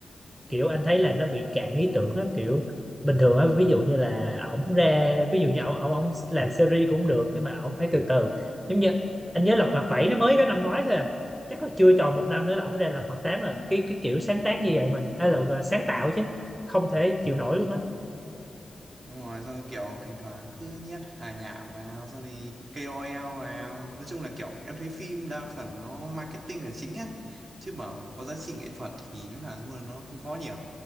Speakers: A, on the right; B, on the right.
A: kiểu anh thấy là nó bị cạn ý tưởng á kiểu bình thường á ví dụ như là ổng ra ví dụ như ổng ổng ổng làm series cũng được nhưng mà ổng phải từ từ giống như anh nhớ Lật Mặt bảy nó mới có năm ngoái thôi à. chắc là chưa tròn một năm nữa là ổng ra Lật Mặt tám là cái cái kiểu sáng tác như vậy mình à, là sáng tạo chứ không thể chịu nổi luôn á
B: Đúng rồi, xong rồi kiểu thỉnh thoảng cứ nhét hài nhảm vào, xong thì KOL vào. Nói chung là kiểu em thấy phim đa phần nó marketing là chính á. Chứ bảo có giá trị nghệ thuật thì nói thẳng luôn là nó không có nhiều.